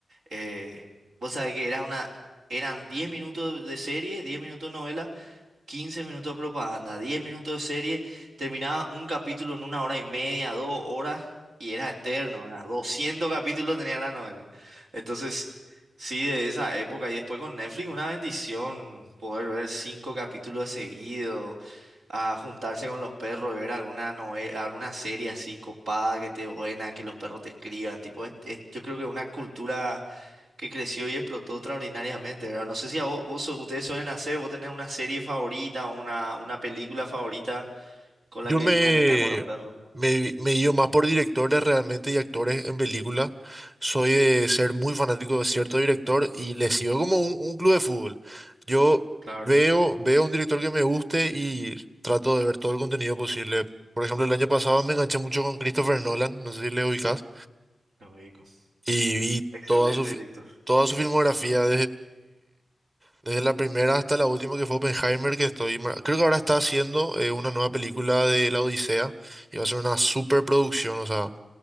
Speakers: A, on the right; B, on the right.
A: eh, vos sabés que era una, eran 10 minutos de serie, 10 minutos de novela, 15 minutos de propaganda, 10 minutos de serie, terminaba un capítulo en una hora y media, dos horas, y era eterno, era 200 capítulos tenía la novela. Entonces, sí, de esa época, y después con Netflix, una bendición poder ver cinco capítulos seguidos, a juntarse con los perros y ver alguna novela, alguna serie así copada, que esté buena, que los perros te escriban, tipo, es- es- yo creo que una cultura que creció y explotó extraordinariamente, ¿verdad? No sé si a vos, vos su- ustedes suelen hacer, vos tenés una serie favorita, una, una película favorita con
B: Yo
A: la que
B: me,
A: comentás con los perros.
B: me, me guío más por directores realmente y actores en películas. Soy
A: Ujú,
B: de ser muy fanático de cierto director y le sigo como un, un club de fútbol. Yo
A: Claro,
B: veo, veo un director que me guste y trato de ver todo el contenido posible. Por ejemplo, el año pasado me enganché mucho con Christopher Nolan, no sé si le ubicas,
A: lógico.
B: y vi
A: Excelente,
B: toda su, fi-
A: director.
B: toda su filmografía desde la primera hasta la última que fue Oppenheimer, que estoy. mar- Creo que ahora está haciendo eh, una nueva película de La Odisea y va a ser una superproducción, o sea,